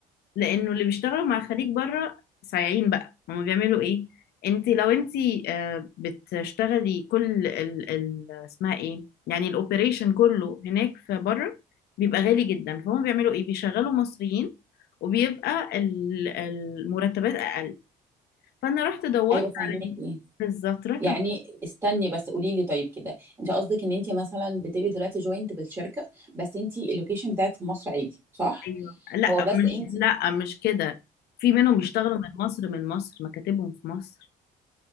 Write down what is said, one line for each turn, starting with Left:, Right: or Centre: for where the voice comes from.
Left: لانه اللي بيشتغلوا مع خريج بره صايعين بقى هما بيعملوا ايه انت لو انت آه، بتشتغلي كل ال ال اسمها ايه يعني الاوبريشن كله هناك في بره بيبقى غالي جدا فهم بيعملوا ايه بيشغلوا مصريين وبيبقى ال- المرتبات اقل فانا رحت دورت
Right: ايوه فهمتني
Left: على بالظبط رحت
Right: يعني
Left: د-
Right: استني بس قولي لي طيب كده انت قصدك ان انت مثلا بتبقي دلوقتي جوينت بالشركه بس انت اللوكيشن بتاعك في مصر عادي صح
Left: ايوه لا
Right: هو بس
Left: مش
Right: انت
Left: لا مش كده في منهم بيشتغلوا من مصر من مصر مكاتبهم في مصر